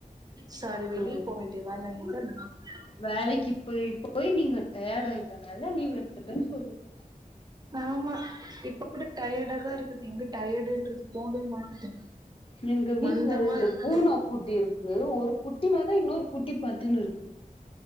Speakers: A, on the right; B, on the left.
A: சாரி வெளிய
B: ஓ
A: போ வேண்டிய வேல இருந்து அத்னால
B: வேலைக்கு இப்ப இப்ப போய் நீங்க டயடு ஆயிட்டனால லீவ் எட்த்துடன் சொல்லுங்க
A: ஆமா இப்ப கூட டயடா தாருக்குது எங்க டயடுன்றது போவே மாட்டுது
B: எங்க வீட்ல
A: மந்தமா
B: ரெண்டு
A: இருக்கு
B: பூன குட்டி இருக்கு ஒரு குட்டி மேல இன்னொரு குட்டி பத்துன்னு இருக்கு